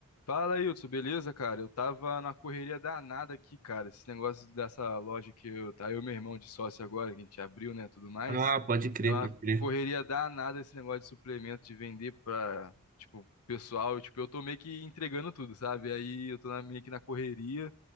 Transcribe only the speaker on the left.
Fala, Hilton, beleza, cara? Eu tava na correria danada aqui, cara. Esse negócio dessa loja que eu, tá eu e meu irmão de sócio agora, que a gente abriu, né, tudo mais.
Tá
uma
correria danada esse negócio de suplemento, de vender pra, tipo, pessoal. Tipo, eu tô meio que entregando tudo, sabe? Aí eu tô na- meio que na correria.